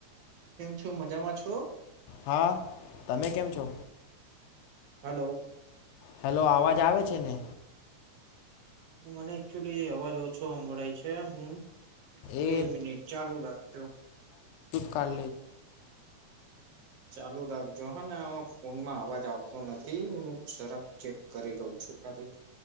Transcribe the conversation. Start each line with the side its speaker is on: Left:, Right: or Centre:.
Right: કેમ છો. મજામાં છો?
Left: હા. તમે કેમ છો?
Right: હલો.
Left: હેલો અવાજ આવે છે ને?
Right: મને એકચુલી, અવાજ ઓછો સંંભળાય છે. હ હું બે
Left: એ
Right: મિનિટ, ચાલુ રાખજો.
Left: કાલ.
Right: ચાલુ રાખજો હાને આમાં ફોનમાં અવાજ આવતો નથી. હું સરક ચેક કરી રહઉ છું ખાલી.